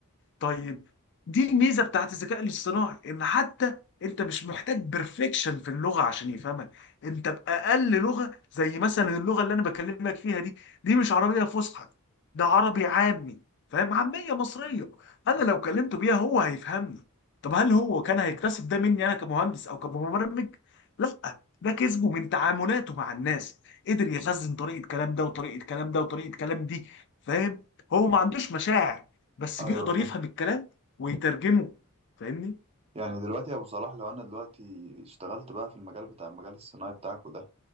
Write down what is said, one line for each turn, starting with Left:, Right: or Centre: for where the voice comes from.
Left: طيب دي الميزه بتاعت الذكاء الاصطناعي ان حتى انت مش محتاج بيرفكشن في اللغه عشان يفهمك انت باقل لغه زي مثلا اللغه اللي انا بكلمك فيها دي دي مش عربيه فصحى ده عربي عامي فاهم عاميه مصريه انا لو كلمته بيها هو هيفهمني طب هل هو كان هيكتسب ده مني انا كمهندس او كمبرمج لا ده كسبه من تعاملاته مع الناس قدر يخزن طريقه كلام ده وطريقه كلام ده وطريقه كلام دي فاهم هو ما عندوش مشاعر بس
Right: ايوه
Left: بيقدر
Right: فاهم
Left: يفهم الكلام ويترجمه فاهمني
Right: يعني دلوقتي يا ابو صلاح لو انا دلوقتي اشتغلت بقى في المجال بتاع المجال الصناعي بتاعك وده